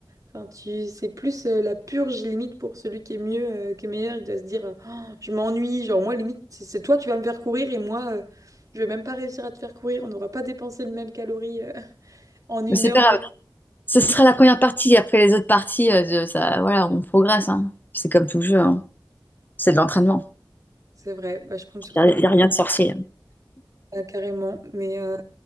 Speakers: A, on the right; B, on the left.
A: enfin, tu c'est plus euh, la purge limite pour celui qui est mieux, euh, qui est meilleur, il doit se dire, euh, Oh, je m'ennuie, genre moi limite, c'est c'est toi, tu vas me faire courir et moi, euh, je vais même pas réussir à te faire courir, on n'aura pas dépensé le même calorie euh, <laughs> en une
B: mais c'est
A: heure
B: pas grave.
A: de.
B: Ce sera la première partie après les autres parties euh, ça voilà on progresse hein. C'est comme tout jeu hein. C'est de l'entraînement.
A: C'est vrai, bah, je compte sur
B: Il
A: toi.
B: n'y a, y a rien de sorcier.
A: Ah, carrément. Mais euh,